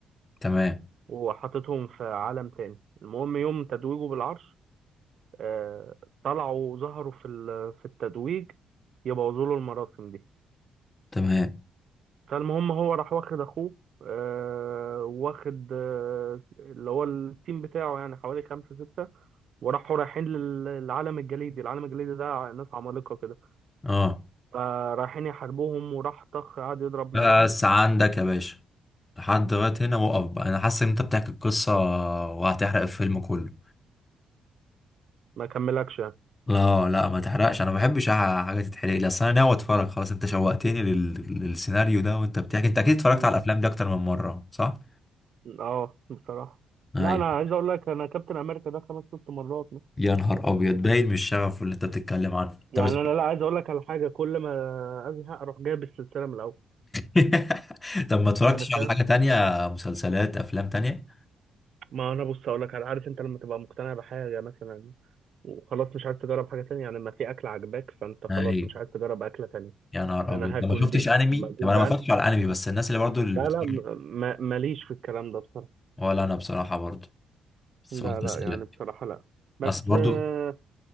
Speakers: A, on the left; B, on the right.
A: تمام
B: وحاططهم في عالم تاني المهم يوم تتويجه بالعرش آه، طلعوا وظهروا في ال- في التتويج يبوظوا له المراسم دي
A: تمام
B: فالمهم هو راح واخد اخوه آه، واخد آه، اللي هو التيم بتاعه يعني حوالي خمسة ستة وراحوا رايحين للعالم الجليدي العالم الجليدي ده ع- ناس عمالقة كده
A: اه
B: فرايحين يحاربوهم وراح طخ قعد يضرب معاهم
A: بس عندك يا باشا لحد دلوقتي هنا وقف بقى انا حاسس ان انت بتحكي القصه وهتحرق الفيلم كله
B: ما كملكش يعني
A: لا لا ما تحرقش انا ما بحبش ح- حاجه تتحرق لي اصل انا ناوي اتفرج خلاص انت شوقتني لل... للسيناريو ده وانت بتحكي انت اكيد اتفرجت
B: م-
A: على الافلام دي اكتر من مره صح
B: اه بصراحة
A: ايوه
B: لا انا عايز اقول لك انا كابتن امريكا ده خمس ست مرات
A: يا نهار ابيض باين من الشغف اللي انت بتتكلم عنه
B: يعني
A: طب اس-
B: انا لا عايز اقول لك على حاجة كل ما ازهق اروح جايب السلسلة من الاول
A: <laughs> طب ما اتفرجتش
B: يعني فاهم
A: على حاجه تانية مسلسلات افلام تانية
B: ما انا بص اقول لك على- عارف انت لما تبقى مقتنع بحاجه مثلا وخلاص مش عايز تجرب حاجه تانية يعني لما في اكل عجباك فانت خلاص
A: ايوه
B: مش عايز تجرب اكله تانية
A: يا نهار
B: انا
A: ابيض
B: هاكل
A: طب ما شفتش
B: دي
A: انمي
B: لما اكون
A: طب انا
B: جعان
A: ما اتفرجتش على انمي بس الناس اللي برضو اللي
B: لا
A: بتقول
B: لا م- ما- ماليش في الكلام ده بصراحه
A: ولا انا بصراحه برضو بس
B: لا
A: قلت
B: لا
A: اسالك
B: يعني بصراحه لا بس
A: اصل برضو
B: آه،